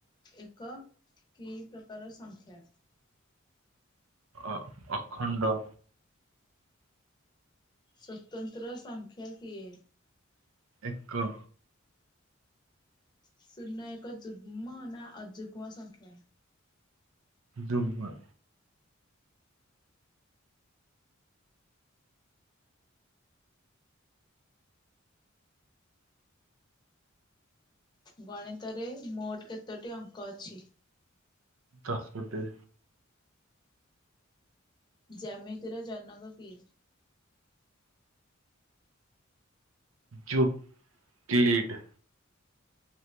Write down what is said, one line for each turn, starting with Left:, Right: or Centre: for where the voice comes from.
Left: ଏକ କି ପ୍ରକାର ସଂଖ୍ୟା?
Right: ଅ ଅଖଣ୍ଡ।
Left: ସ୍ଵତନ୍ତ୍ର ସଂଖ୍ୟା କିଏ?
Right: ଏକ।
Left: ଶୁନ ଏକ ଯୁଗ୍ମ ନା ଅଯୁଗ୍ମ ସଂଖ୍ୟା।
Right: ଯୁଗ୍ମ।
Left: ଗଣିତରେ ମୋଟ କେତୋଟି ଅଙ୍କ ଅଛି?
Right: ଦସୋ ଟି।
Left: ଜ୍ୟାମିତିର ଜନକ କିଏ?
Right: ଯୁକ୍ଲିଡ଼।